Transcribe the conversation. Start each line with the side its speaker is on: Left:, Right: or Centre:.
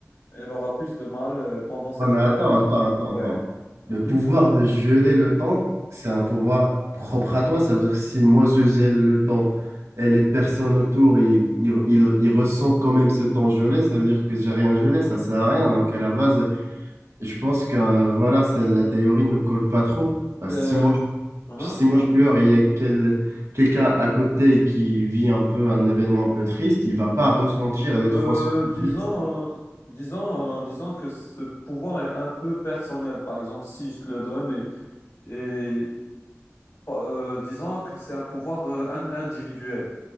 Left: elle aura plus de mal euh, pendant cette
Right: Ouais, mais attends,
Left: période
Right: attends,
Left: de temps.
Right: attends,
Left: Ouais.
Right: attends.
Left: Mhm.
Right: Le pouvoir de geler le temps, c'est un pouvoir propre à toi. Ça veut dire que si moi je gèle le temps et les personnes autour, ils, ils, ils- ils ressentent quand même ce temps gelé, ça veut dire que j'ai rien gelé, ça sert à rien. Donc à la base, je pense que euh, voilà, c'est, la théorie ne colle pas trop. Bah,
Left: Euh,
Right: si moi, je-
Left: mhm.
Right: si moi je pleure et il y a quel- quelqu'un à côté qui vit un peu un événement un peu triste, il va pas ressentir les
Left: Euh,
Right: trois secondes
Left: disons,
Right: gelées.
Left: euh, disons, euh, disons que ce pouvoir est un peu personnel. Par exemple, si je te le donne et, et Bon, Euh, disons que c'est un pouvoir euh, in- individuel.